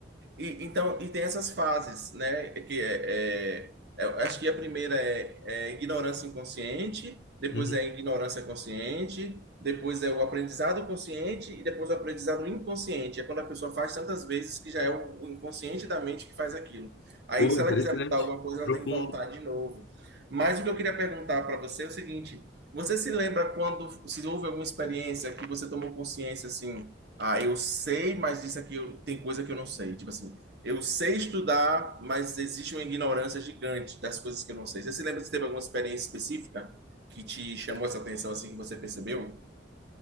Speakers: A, on the right (about 60°); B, on the left (about 75°).
A: E, então, e tem essas fases, né? É Que é, é- é- eu acho que a primeira é, é ignorância inconsciente, depois
B: Uhum.
A: é ignorância consciente, depois é o aprendizado consciente e depois o aprendizado inconsciente. É quando a pessoa faz tantas vezes que já é o, o inconsciente da mente que faz aquilo. Aí,
B: Pô,
A: se
B: interessante,
A: ela quiser mudar alguma coisa,
B: profundo.
A: ela tem que voltar de novo. Mas o que eu queria perguntar para você é o seguinte: você se lembra quando se houve alguma experiência que você tomou consciência assim? Ah, eu sei, mas isso aqui eu- tem coisa que eu não sei. Tipo assim, eu sei estudar, mas existe uma ignorância gigante das coisas que eu não sei. Você se lembra se teve alguma experiência específica que te chamou essa atenção assim que você percebeu?